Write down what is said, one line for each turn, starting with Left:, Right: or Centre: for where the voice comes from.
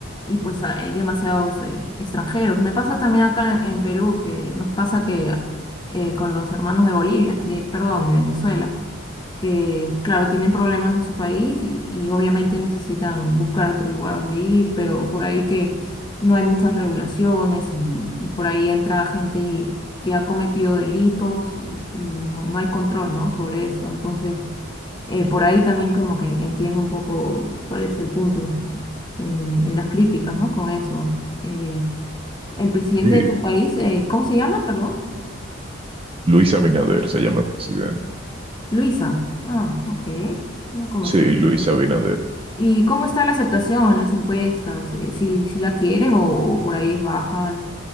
Left: y pues hay demasiados eh, extranjeros. Me pasa también acá en, en Perú que nos pasa que eh, con los hermanos de Bolivia, de, perdón, de Venezuela que, claro, tienen problemas en su país y, y obviamente necesitan buscar otro lugar donde ir, pero por ahí que no hay muchas regulaciones y, y por ahí entra gente que ha cometido delitos y, y no no hay control, ¿no? sobre eso. Entonces, eh, por ahí también como que entiendo un poco cuál es el punto en, en las críticas, ¿no? Con eso. Eh, el presidente
Right: Sí,
Left: de tu país, eh, ¿cómo se llama? Perdón.
Right: Luis Abinader se llama presidente.
Left: Luisa. Ah, ok. No la conocía.
Right: Sí, Luis Abinader.
Left: ¿Y cómo está la aceptación en las encuestas? Eh, si, si la quieren o por ahí es baja,